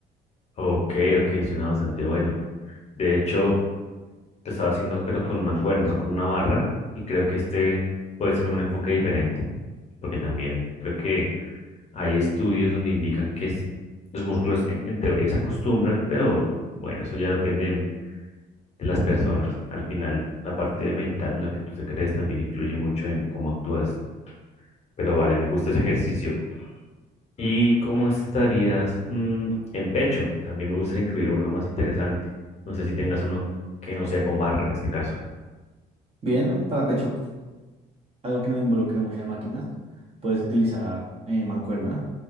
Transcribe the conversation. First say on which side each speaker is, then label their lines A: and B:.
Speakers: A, on the left; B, on the right.
A: Ok, ok, suena bastante bueno. De hecho, lo estaba haciendo, pero con mancuernas o con una barra, y creo que este puede ser un enfoque diferente, porque también creo que hay estudios donde indican que es- los músculos en, en teoría se acostumbran, pero bueno, eso ya depende de, de las personas. Al final, la parte mental, lo que tú te crees, también influye mucho en cómo actúas. Pero vale, me gusta ese ejercicio. ¿Y cómo estarías mm, en pecho? También me gustaría incluir uno más interesante. No sé si tengas uno que no sea con barra en este caso.
B: Bien, para pecho, algo que no involucre muchas máquinas, puedes utilizar eh, mancuerna,